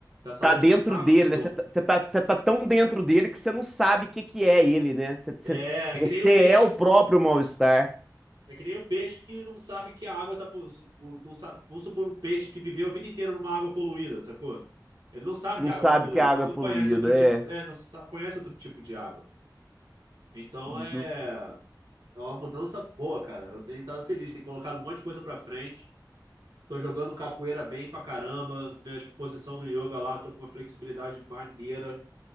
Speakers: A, on the right (about 65°); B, in the centre.
A: A saúde
B: Tá dentro
A: não tá
B: dele,
A: no topo.
B: né? Você tá, você tá, você tá tão dentro dele que você não sabe o que que é ele, né? Você, você-
A: É,
B: você
A: é que nem o peixe.
B: é o próprio mal-estar.
A: É que nem o peixe que não sabe que a água tá. polu- o- Não sabe, vamos supor um peixe que viveu a vida inteira numa água poluída, sacou? Ele não sabe
B: Não
A: que a
B: sabe
A: água tá poluída,
B: que a
A: porque
B: água
A: ele
B: é
A: não
B: poluída.
A: conhece outro tipo,
B: É.
A: é, não sa- conhece outro tipo de água. Então
B: No-
A: é, é uma mudança boa, cara. Eu tenho estado feliz, tenho colocado um monte de coisa pra frente. Tô jogando capoeira bem pra caramba. Minha posição no yoga lá, tô com uma flexibilidade maneira.